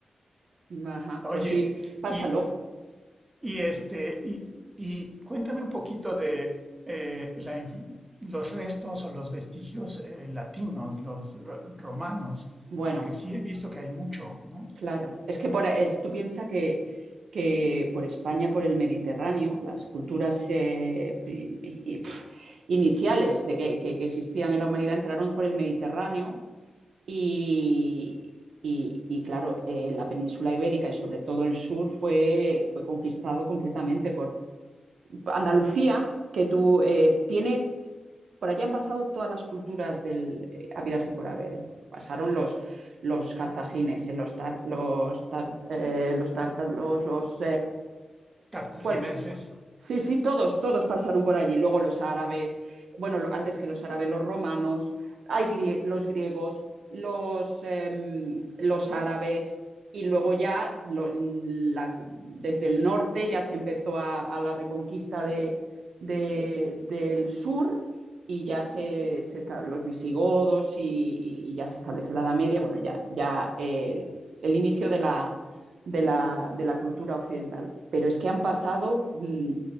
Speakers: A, on the right (about 80°); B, on the right (about 20°).
A: Ajá,
B: Oye,
A: pues sí, pásalo.
B: y, y este, y, y cuéntame un poquito de eh, la influ- los restos o los vestigios eh, latinos, los ro- romanos,
A: Bueno,
B: porque sí he visto que hay mucho, ¿no?
A: claro. Es que por, es, tú piensas que, que por España, por el Mediterráneo, las culturas eh, pri- y- pf, iniciales de que, que- que existían en la humanidad entraron por el Mediterráneo y, y- y, claro, eh, la península ibérica y sobre todo el sur fue, fue conquistado completamente Andalucía, que tú eh, tiene, por allí han pasado todas las culturas del eh, habidas y por haber. Pasaron los, los cartagines, eh, los, tar, los, tar, eh, los tártaros, los...
B: Cartagineses,
A: Cual, Sí, sí, todos, todos pasaron por allí. Luego los árabes, bueno, lo- antes que los árabes, los romanos, hay grie- los griegos, los, em, los árabes, y luego ya lo- la- desde el norte ya se empezó a, a la reconquista de- de- del sur y ya se, se esta- los visigodos y, y- y ya se estableció la Edad Media, bueno, ya, ya el, el inicio de la, de la, de la cultura occidental. Pero es que han pasado mm,